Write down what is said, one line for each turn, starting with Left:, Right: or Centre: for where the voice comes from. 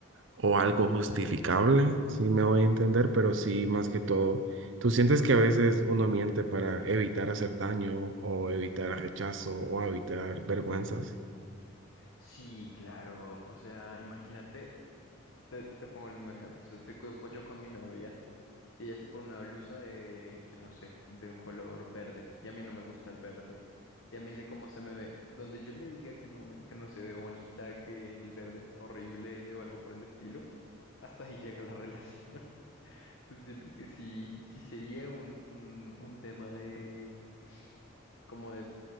Right: o algo justificable, si me voy a entender, pero sí, más que todo, tú sientes que a veces uno miente para evitar hacer daño o evitar rechazo o evitar vergüenzas.
Left: Sí, claro. O sea, imagínate, te, te pongo el mismo ejemplo. O sea, estoy co- co- yo con mi novia y ella se pone una blusa de, yo no sé, de un color verde y a mí no me gusta el verde. Y a mí dice cómo se me ve. Donde yo le diga que no, me- que no se ve bonita, que el verde está horrible o algo por el estilo, hasta ahí <laughs> llega la relación. <laughs> Entonces siento que sí, sí sería un, un, un tema de, como de